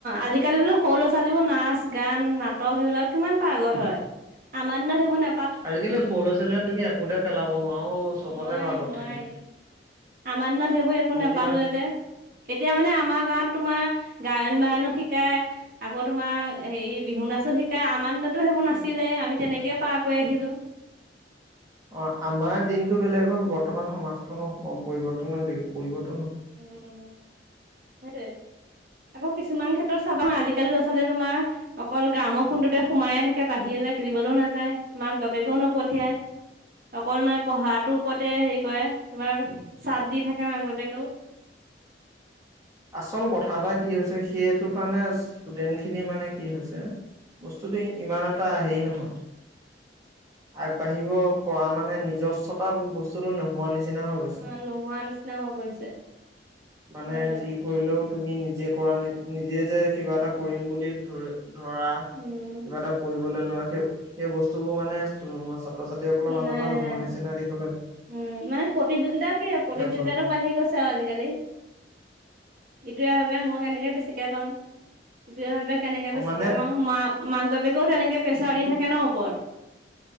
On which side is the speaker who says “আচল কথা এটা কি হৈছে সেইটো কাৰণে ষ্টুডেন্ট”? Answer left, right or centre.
Right